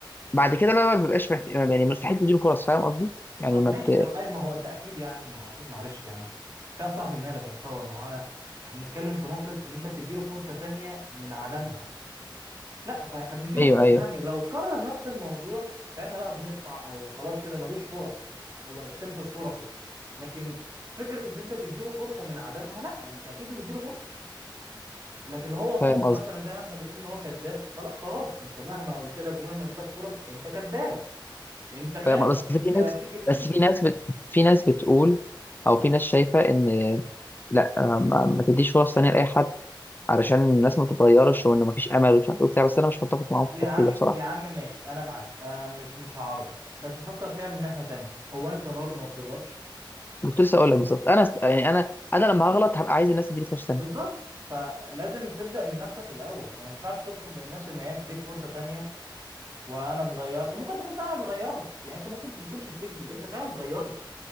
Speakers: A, on the left (about 25°); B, on the right (about 40°).
A: بعد كده لا لا ما بيبقاش محت... يعني مستحيل تديله فرص فاهم قصدي؟ يعني
B: اه
A: ما
B: ماشي
A: بت...
B: طب اي ما هو انت اكيد يعني ما هو اكيد معلش يعني فيها صاحبي مالك ما تفوق ما هو انا احنا بنتكلم في نقطة ان انت بتديله فرصة تانية من عدمها لا فاحنا بنديله
A: ايوه
B: فرصة
A: ايوه
B: تانية لو كرر نفس الموضوع ساعتها بقى بنقطع او خلاص كده ملوش فرص هو استنفذ فرصه لكن فكرة ان انت تديله فرصة من عدمها لا انت اكيد بتديله فرصة لكن لو هو طبعه
A: فاهم قصدي
B: مثلا زي ما احنا بنقول ان هو كذاب فلا خلاص انت مهما قلت لك ومهما اديتك فرص انت كذاب انت خايف
A: فاهم بس في
B: انت
A: ناس
B: فيك اللي
A: بس
B: فيك
A: في ناس بت... في ناس بتقول او في ناس شايفه ان لا ما, ما تديش فرص تانيه لاي حد علشان الناس ما تتغيرش وان ما فيش امل ومش عارف ايه وبتاع بس انا مش متفق معاهم في
B: يا
A: التفكير
B: عم
A: ده بصراحه
B: يا عم ماشي انا معاك انا مش مش هعارضك بس فكر فيها من ناحية تانية هو انت برضه ما بتغلطش
A: كنت لسه اقول لك بالظبط انا يعني انا انا لما هغلط هبقى عايز الناس تديني فرصه تانيه
B: بالظبط فلازم تبدأ من نفسك الأول ما ينفعش تطلب من الناس إن هي تديك فرصة تانية وأنا اتغيرت ممكن تكون فعلا اتغيرت يعني أنت ممكن ما تكونش بتكذب أنت فعلا اتغيرت